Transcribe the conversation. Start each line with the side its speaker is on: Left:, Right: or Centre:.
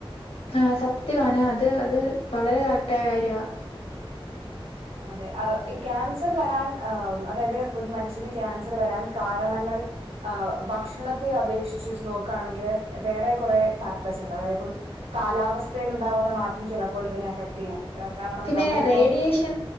Left: ആഹ സത്യാണ് അത് അത് വളരെ കറക്റ്റ് ആയ കാര്യവാ
Right: അതെ ഈ ക്യാൻസർ വരാൻ അതായത് ഒരു മനുഷ്യന് ക്യാൻസർ വരാൻ കാരണങ്ങൾ ഭക്ഷണത്തെ അപേക്ഷിച്ചച്ച് വെച്ച് നോക്കുകയാണെങ്കിൽ വേറെ കുറെേ ഫാക്ടേഴ് ഉണ്ട് അതായത്പ്പം കാലാവസ്ഥൽ ഉണ്ടാവുന്ന മാറ്റം ചിലപ്പോൾ ഇതിനെ എഫക്ട് ചെയ്യാം കാരണം
Left: പിന്നെ
Right: നമ്മളിപ്പം
Left: റേഡിയേഷൻ